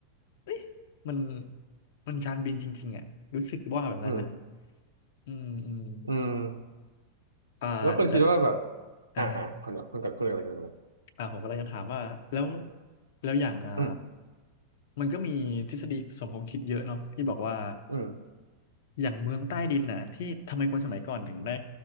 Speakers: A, on the left; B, on the right.
A: เอ้ยมันมันยานบินจริงๆอ่ะรู้สึกว่าแบบนั้นนะ
B: อืม
A: อืมอืม
B: อืม
A: อ่าแล้ว
B: แล้วคุณคิดว่าแบบ
A: อ่าฮะ
B: อ่าคุณคุณกับคุณอะไรกันกัน
A: อ่าผมก็เลยจะถามว่าแล้วแล้วอย่างอ่า
B: อืม
A: มันก็มีทฤษฎีสมคบคิดเยอะเนาะที่บอกว่า
B: อืม
A: อย่างเมืองใต้ดินน่ะที่ทำไมคนสมัยก่อนถึงได้